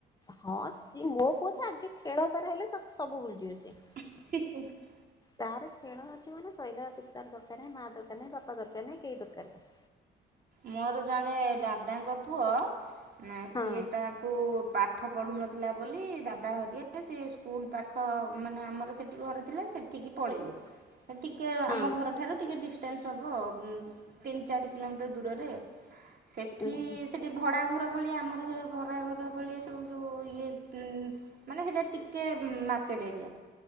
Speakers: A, on the left (about 20°); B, on the right (about 45°).
A: ହଁ ସିଏ ମୋ ପୁଅ ତ ଆଗେ ଖେଳ ତାର ହେଲେ ସେ ସବୁ ଭୁଲଯିବ ସେ।
B: <inaudible>
A: ତାହାର ଖେଳ ଅଛି ମାନେ ସଇଲା କିଛି ତାର ଦରକାର ନାଁ ମା ଦରକାର ନାହିଁ ବାପା ଦରକାର ନାହିଁ କେହି ଦରକାର ନାହିଁ।
B: ମୋର ଜଣେ ଦାଦାଙ୍କ ପୁଅ
A: ହଁ।
B: ସିଏ ତା
A: <inaudible>
B: ପାଠ ପଢ଼ୁନଥିଲା ବୋଲି ଦାଦା ହରିଆ ସେ ସ୍କୁଲ ପାଖ ମାନେ ଆମର ସେଠି ଘରେ ଥିଲା ସେ ଟିକି ପଳେଇଲେ।
A: <inaudible>
B: ଟିକେ ଆମ
A: ହଁ
B: ଘରଠାରୁ ଟିକେ ଡିଷ୍ଟାନ୍ସ ହେବ ତିନି ଚାରି। କିଲୋମି ଏତେ ଦୂରରେ ସେଠି
A: ଆଚ୍ଛା।
B: ସେଠି ଭଡ଼ାଘର ଭଳିଆ ଆମର ସେ ଭଡ଼ାଘର ଭଳିଆ ସବୁ ଯଉଁ ଇଏ <unintelligible> ମାନେ ହେଟା ଟିକେ ମାର୍କେଟ ଏରିଆ।